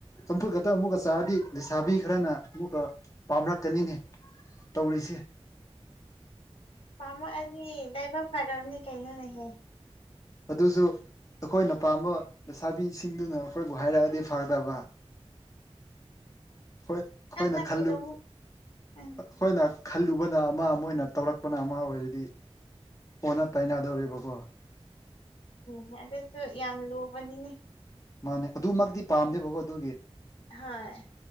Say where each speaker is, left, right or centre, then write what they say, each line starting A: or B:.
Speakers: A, on the left; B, on the left.
A: ꯆꯝꯐꯨꯠ ꯈꯛꯇ ꯑꯃꯨꯛꯀ ꯆꯥꯔꯗꯤ ꯂꯩꯁꯥꯕꯤ ꯈꯔꯅ ꯑꯃꯨꯛꯀ ꯄꯥꯝꯔꯛꯀꯅꯤꯅꯦ ꯇꯧꯔꯤꯁꯦ
B: ꯄꯥꯝꯃꯛꯑꯗꯤ ꯂꯥꯏꯕꯛ ꯐꯔꯕꯅꯤ ꯀꯩꯅꯣꯅꯦꯍꯦ
A: ꯑꯗꯨꯁꯨ ꯑꯩꯈꯣꯏꯅ ꯄꯥꯝꯕ ꯂꯩꯁꯥꯕꯤꯁꯤꯡꯗꯨꯅ ꯑꯩꯈꯣꯏꯕꯨ ꯍꯥꯏꯔꯛꯑꯗꯤ ꯐꯗꯕ ꯣꯏ ꯑꯩꯈꯣꯏꯅ
B: ꯀꯟꯅ
A: ꯈꯂꯨ
B: ꯈꯣꯏꯔꯝꯃꯨ ꯑꯥ
A: ꯑꯩꯈꯣꯏꯅ ꯈꯜꯂꯨꯕꯅ ꯑꯃ ꯑꯃꯅ ꯇꯧꯔꯛꯄꯅ ꯑꯃ ꯑꯣꯏꯔꯗꯤ ꯑꯣꯟꯅ ꯇꯥꯏꯅꯗꯧꯕꯀꯣ
B: ꯅꯤ ꯑꯗꯨꯁꯨ ꯌꯥꯝ ꯂꯨꯕꯅꯤꯅꯦ
A: ꯃꯥꯅꯦ ꯑꯗꯨꯃꯛꯇꯤ ꯄꯥꯝꯗꯦꯕꯀꯣ ꯑꯗꯨꯒꯤ
B: ꯍꯣꯏ